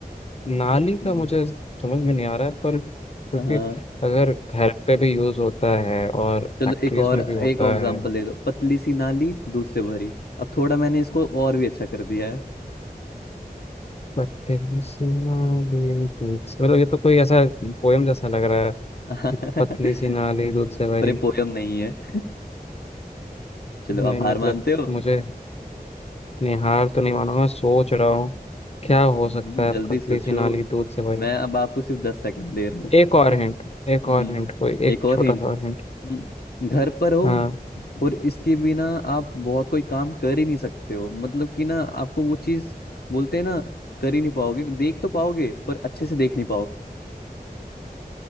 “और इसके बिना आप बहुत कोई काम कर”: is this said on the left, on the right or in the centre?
Left